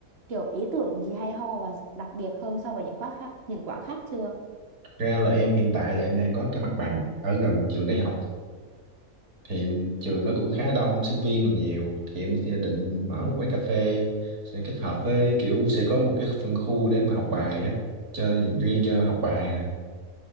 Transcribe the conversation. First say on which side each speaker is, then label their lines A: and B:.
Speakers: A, on the right; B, on the right.
A: kiểu ý tưởng gì hay ho và đặc biệt hơn so với những quán khác những quán khác chưa
B: Ra là em hiện tại là em đang có cái mặt bằng ở gần trường đại
A: ừ
B: học, thì em- trường nó cũng khá đông, sinh viên đồ nhiều, thì em sẽ định mở một quán cà phê, sẽ kết hợp với kiểu sẽ có một cái phân khu để mà học bài á, cho dành riêng cho học bài nè.